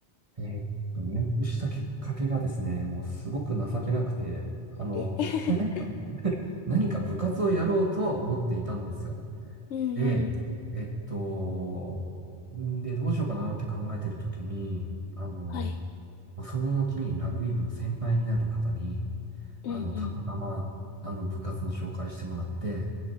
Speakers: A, on the right (about 30°); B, on the left (about 80°).
A: えーっと、入部したきっかけがですね、もうすごく情けなくて、あの、
B: え <laughs>
A: 何か、何か部活をやろうとは思っていたんですよ。
B: うんうん。
A: で、えっと、んで、どうしようかなって考えてるときに、あの、
B: はい。
A: もうその後にラグビー部の先輩になる方に、
B: うんうん。
A: あの、たまたま、あの、部活の紹介してもらって、